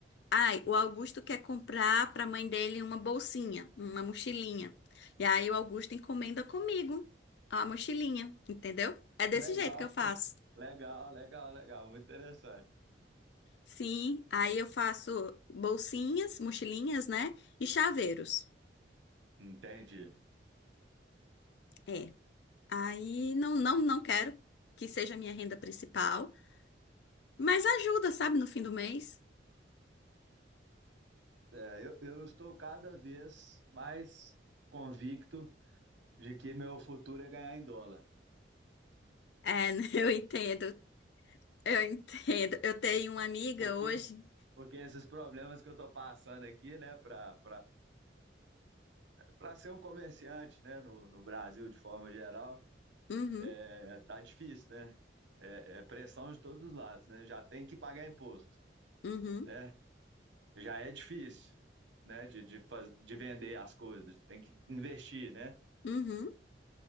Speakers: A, on the left; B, on the right.
A: ai, o Augusto quer comprar para a mãe dele uma bolsinha, uma mochilinha. E aí o Augusto encomenda comigo a mochilinha, entendeu? É desse
B: Legal,
A: jeito que eu faço.
B: <laughs> legal, legal, legal, muito interessante.
A: Sim, aí eu faço bolsinhas, mochilinhas, né? E chaveiros.
B: Entendi.
A: É. Aí não, não, não quero que seja a minha renda principal, mas ajuda, sabe, no fim do mês.
B: É, eu, eu estou cada vez mais convicto de que meu futuro é ganhar em dólar.
A: É, <laughs> eu entendo, eu entendo. Eu tenho uma amiga
B: Por
A: hoje.
B: quê? Porque esses problemas que eu estou passando aqui, né, para para ser um comerciante, né, no, no Brasil de forma geral,
A: Uhum,
B: é, tá difícil, né? É, é pressão de todos os lados, né? Já tem que pagar imposto,
A: uhum,
B: né? já é difícil, né, de, de, faz- de vender as coisas, tem que investir, né?
A: uhum.